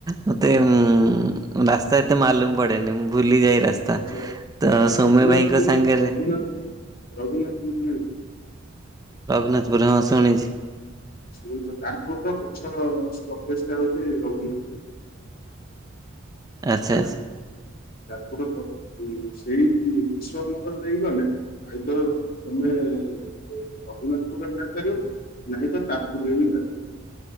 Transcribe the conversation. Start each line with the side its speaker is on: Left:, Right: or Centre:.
Right: ମତେ ଉଁ, ରାସ୍ତା ତ ମାଲୁମ ପଡେନି। ମୁଁ ଭୁଲି ଯାଏ। ରାସ୍ତା।
Left: ଆଛା
Right: ତ
Left: ।ଆଛା
Right: ସୌମ୍ୟ
Left: ରଘୁନାଥପୁରୁ,
Right: ଭାଇଙ୍କ ସାଙ୍ଗରେ
Left: ରଘୁନାଥପୁରୁ, ରଘୁନାଥପୁରୁ ଜାଣିଛ?
Right: ରଘୁନାଥପୁର, ହଁ
Left: ର
Right: ଶୁଣିଛି।
Left: ଶୁଣିଛ ତାରପୁରର ପଛ ପ୍ରବେଶ ଟା ହଉଛି, ରଘୁନାଥପୁର।
Right: ଆଚ୍ଛା
Left: ହେଲା
Right: ଆଚ୍ଛା।
Left: ତାରପୁର ପ ସେଇ କିଶୋର ନଗର ଦେଇଗଲେ, ଆଇଦର ତମେ ରଘୁନାଥପୁରରେ ବାହାରିପାରିବ, ନାହିଁତ ତାରପୁର ରେ ବି ବାହାରି ପାରିବ।